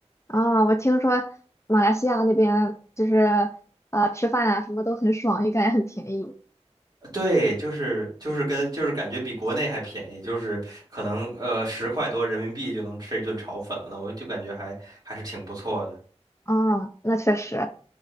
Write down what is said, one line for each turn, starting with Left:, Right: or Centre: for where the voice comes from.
Left: 啊，我听说马来西亚那边就是，呃，吃饭啊什么都很爽，感觉很便宜。
Right: 呃对，就是就是跟就是感觉比国内还便宜，就是可能呃十块多人民币就能吃一顿炒粉了，我就感觉还还是挺不错的。
Left: 啊，那确实，